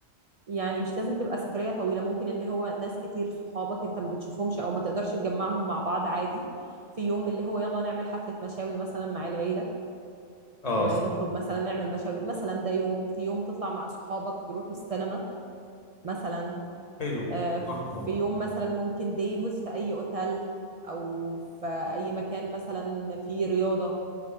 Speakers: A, on the right (about 60°); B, on the left (about 30°).
A: يعني مش لازم تبقى سفرية طويلة ممكن اللي هو ناس كتير صحابك انت ما بتشوفهمش او ما تقدرش تجمعهم مع بعض عادي في يوم اللي هو يلا نعمل حفلة مشاوي مثلا مع العيلة
B: اه
A: ونخرج
B: صح
A: مثلا نعمل مشاوي مثلا ده يوم في يوم تطلع مع صحابك تروحوا السينما مثلا
B: حلو
A: آه،
B: صح والله
A: في يوم مثلا ممكن ديوز في أي أوتيل أو في أي مكان مثلا فيه رياضة